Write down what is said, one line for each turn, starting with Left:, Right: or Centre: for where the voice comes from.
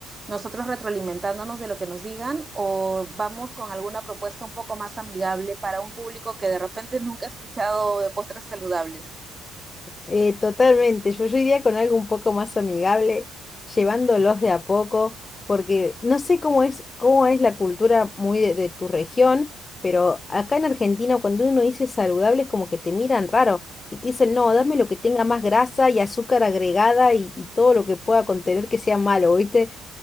Right: nosotros retroalimentándonos de lo que nos digan, o vamos con alguna propuesta un poco más amigable para un público que de repente nunca ha escuchado de postres saludables.
Left: Eh, totalmente, yo, yo iría con algo un poco más amigable, llevándolos de a poco, porque no sé cómo es, cómo es la cultura muy de, de tu región, pero acá en Argentina cuando uno dice saludable es como que te miran raro y te dicen, no, dame lo que tenga más grasa y azúcar agregada y, y todo lo que pueda contener que sea malo, ¿viste?